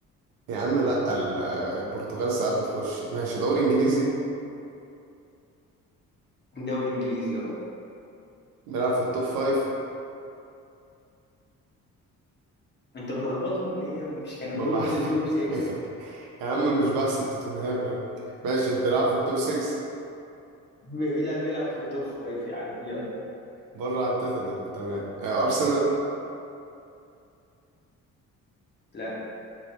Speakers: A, on the right; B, on the left.
A: يا عم لا ال- آه، البرتغال ساعات بتخش ماشي دوري انجليزي
B: دوري انجليزي اه
A: بيلعب في التوب 5
B: انت بتلخبطهم ليه هم مش كانوا
A: ما
B: دول
A: بع...
B: التوب 6
A: <laughs> يا عم مش بحسب توتنهام يا عم ماشي بيلعب في التوب 6
B: بي- لا بيلعب في التوب 5 يا عم يلا
A: بره عن توتنهام تمام آه ارسنال
B: لا